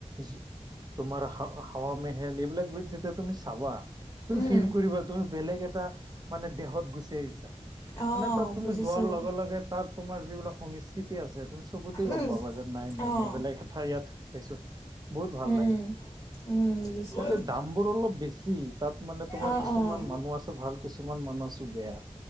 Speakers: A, on the right; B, on the left.
A: জু তোমাৰ হা হাৱা মেহেল এইবিলাক যেতিয়া তুমি চাবা তুমি
B: উম
A: ফিল কৰিবা তুমি বেলেগ এটা মানে দেহত গুচি আহিছা
B: অঁ
A: মানে তাত তুমি
B: বুজিছোঁ
A: যোৱাৰ লগে লগে তাত তোমাৰ যিবিলাক সংস্কৃতি আছে তুমি চকুতে গম
B: উম
A: পাবা যে নাই নাই
B: অঁ
A: মই বেলেগ এটা ইয়াত আহিছো বহুত ভাল
B: উম
A: লাগে
B: উম উম বুজিছোঁ
A: খালি দাম বোৰ অলপ বেছি তাত মানে তোমাৰ
B: অঁ
A: কিছু
B: অঁ
A: কিছুমান মানুহ আছে ভাল কিছুমান মানুহ আছো বেয়া